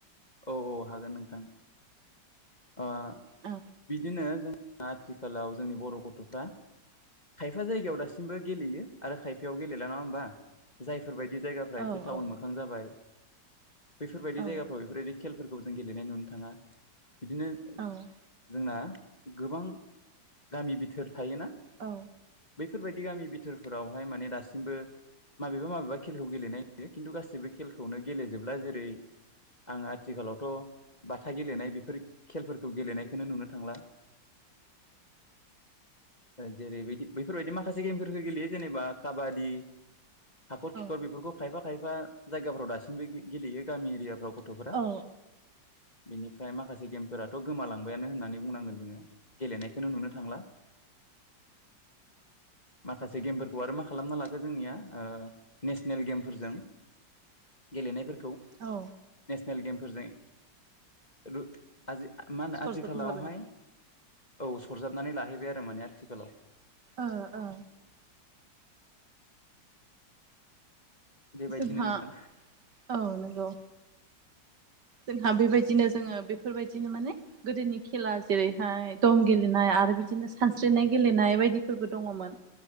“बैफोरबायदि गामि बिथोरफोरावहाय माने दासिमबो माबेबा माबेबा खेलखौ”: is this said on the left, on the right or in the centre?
Left